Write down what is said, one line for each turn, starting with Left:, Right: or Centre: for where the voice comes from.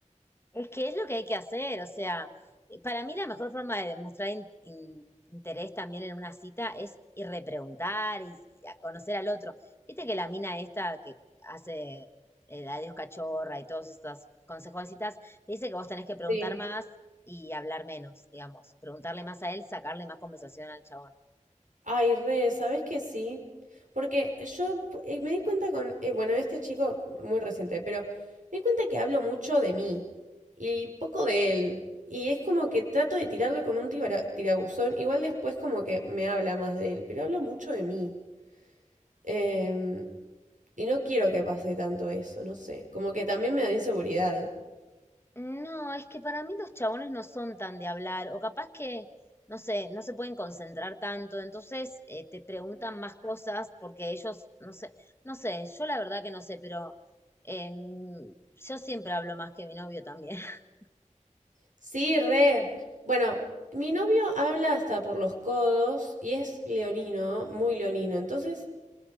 Left: Es que es lo que hay que hacer, o sea, eh, para mí la mejor forma de demostrar in- in- interés también en una cita es ir repreguntar y, y a conocer al otro. Viste que la mina esta que hace el adiós cachorra y todos estos consejos de citas, te dice que vos tenés que preguntar
Right: Sí.
Left: Sí. más y hablar menos, digamos, preguntarle más a él, sacarle más conversación al chabón.
Right: Ay, re, ¿sabes que sí? Porque yo eh, me di cuenta con, eh, bueno, este chico muy reciente, pero me di cuenta que hablo mucho de mí y poco de él. Y es como que trato de tirarle con un tibara- tirabuzón. Igual después como que me habla más de él, pero hablo mucho de mí. Em, Y no quiero que pase tanto eso, no sé. Como que también me da inseguridad.
Left: No, es que para mí los chabones no son tan de hablar, o capaz que, no sé, no se pueden concentrar tanto, entonces eh, te preguntan más cosas porque ellos, no sé, no sé, yo la verdad que no sé, pero em, yo siempre hablo más que mi novio también. <laughs>
Right: Sí, re. Bueno, mi novio habla hasta por los codos y es leonino, muy leonino. Entonces